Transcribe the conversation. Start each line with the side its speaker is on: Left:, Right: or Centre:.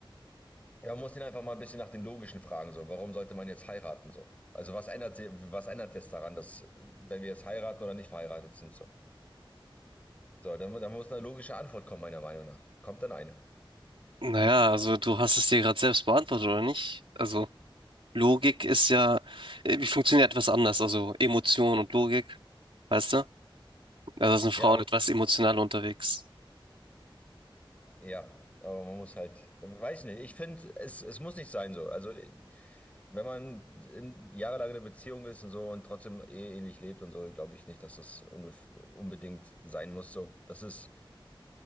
Left: Ja, man muss ihn einfach mal ein bisschen nach den logischen Fragen so. Warum sollte man jetzt heiraten so? Also was ändert sie- was ändert jetzt daran, dass äh, wenn wir jetzt heiraten oder nicht verheiratet sind so? So, dann, mu- dann muss eine logische Antwort kommen, meiner Meinung nach. Kommt dann eine.
Right: Naja, also du hast es dir gerade selbst beantwortet, oder nicht? Also Logik ist ja, äh, wie funktioniert etwas anders? Also Emotion und Logik, weißt du? Also sind Frauen
Left: Ja, aber,
Right: etwas emotionaler unterwegs.
Left: ja, aber man muss halt, äh, weiß nicht. Ich finde, es, es muss nicht sein so. Also äh, wenn man in, jahrelang in einer Beziehung ist und so und trotzdem eheähnlich lebt und so, glaube ich nicht, dass das ungef- unbedingt sein muss so. Das ist,